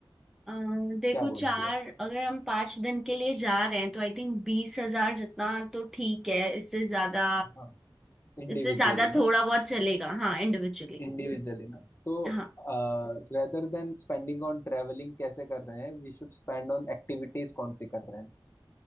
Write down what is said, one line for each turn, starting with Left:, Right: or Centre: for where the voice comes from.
Centre: अ, देखो
Left: क्या बोलती
Centre: चार
Left: हो
Centre: अगर हम पाँच दिन के लिए जा रहे हैं तो आई थिंक बीस हजार जितना तो ठीक है इससे ज्यादा
Left: हाँ इंडिविजुअली
Centre: इससे ज्यादा थोड़ा
Left: ना
Centre: बहुत चलेगा हाँ इंडिविजुअली
Left: इंडिविजुअली ना तो
Centre: हाँ
Left: rather than spending on travelling कैसे कर रहे हैं we should spend on activities कौन सी कर रहे हैं